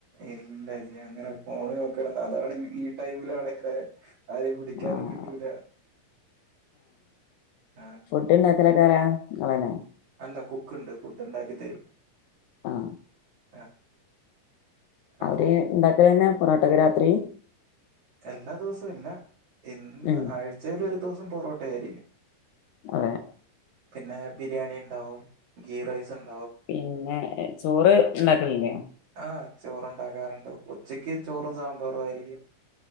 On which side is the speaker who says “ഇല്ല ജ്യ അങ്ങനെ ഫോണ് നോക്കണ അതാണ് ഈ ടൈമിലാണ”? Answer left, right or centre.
Right